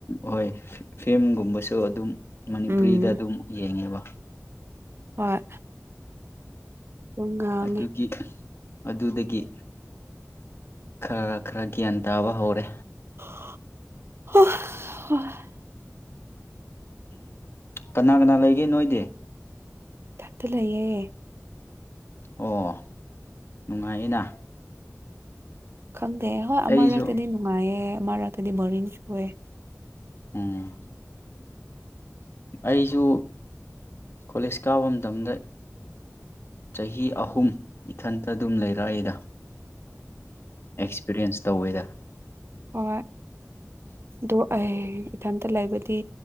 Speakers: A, on the left; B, on the right.
A: ꯍꯣꯏ ꯐꯤꯂꯝꯒꯨꯝꯕꯁꯨ ꯑꯗꯨꯝ ꯃꯅꯤꯄꯨꯔꯤꯗ
B: ꯎꯝ
A: ꯑꯗꯨꯝ ꯌꯦꯡꯉꯦꯕ
B: ꯍꯣꯏ ꯄꯨꯡ ꯉꯥꯡꯉꯦ
A: ꯑꯗꯨꯒꯤ ꯑꯗꯨꯗꯒꯤ ꯈꯔ ꯈꯔ ꯒ꯭ꯌꯥꯟ ꯇꯥꯕ ꯍꯧꯔꯦ
B: <unintelligible>
A: ꯀꯅꯥ ꯀꯅꯥ ꯂꯩꯒꯦ ꯅꯣꯏꯗꯤ
B: ꯀꯠꯇꯂꯑꯦ
A: ꯑꯣ ꯅꯨꯡꯉꯥꯏꯌꯦꯅ
B: ꯈꯪꯗꯦ ꯍꯣꯏ ꯑ ꯑꯃꯥ
A: ꯑꯩꯁꯨ
B: ꯔꯇꯗꯤ ꯅꯨꯡꯉꯥꯏꯌꯦ ꯑꯥ ꯔꯠꯇꯗꯤ ꯕꯔꯤꯡ ꯁꯨꯑꯦ
A: ꯎꯝ ꯑꯩꯁꯨ ꯀꯣꯂꯦꯖ ꯀꯥꯕ ꯃꯇꯝꯗ ꯆꯍꯤ ꯑꯍꯨꯝ ꯏꯊꯟꯇ ꯑꯗꯨꯝ ꯂꯩꯔꯛꯑꯏꯗ ꯑꯦꯛꯁꯄꯤꯔꯤꯌꯦꯟꯁ ꯇꯧꯋꯦꯗ
B: ꯍ ꯑꯗꯣ ꯑꯩ ꯏꯊꯟꯇ ꯂꯩꯕꯗꯤ